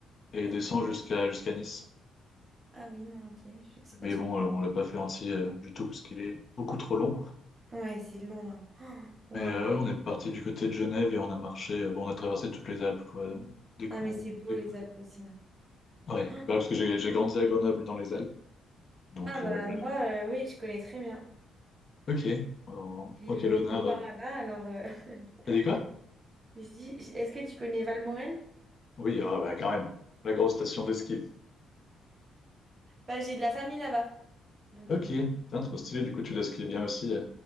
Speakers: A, on the left; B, on the right.
A: et
B: Ah,
A: descend
B: du-
A: jusqu'à jusqu'à Nice.
B: ah oui, non, ok, je sais
A: Mais
B: pas celui-là.
A: bon, euh, on l'a pas fait entier euh, du tout parce qu'il est beaucoup trop long.
B: Ouais, c'est long, là. <gasps> Oh,
A: Mais
B: Waouh.
A: euh, ouais, on est parti du côté de Genève et on a marché, euh, bon, on a traversé toutes les Alpes, quoi. Dès qu'on,
B: Ah, mais c'est beau,
A: dès
B: les
A: qu'on-
B: Alpes aussi.
A: Ouais,
B: hein.
A: bah,
B: <gasps>
A: parce que j'ai j'ai grandi à Grenoble dans les Alpes. Donc,
B: Ah, bah,
A: euh, là-
B: moi, euh, oui, je connais très bien.
A: ok, Alors,
B: J'ai
A: ok, l'honneur.
B: une maison par là-bas, alors... euh, <laughs>
A: T'as dit quoi?
B: je dis, est-ce que tu connais Valmorel?
A: Oui, ah, bah, quand même, la grosse station de ski.
B: Bah, j'ai de la famille là-bas. Donc,
A: Ok,
B: euh,
A: putain, trop
B: je...
A: stylé, du coup tu l'as skié bien aussi. euh.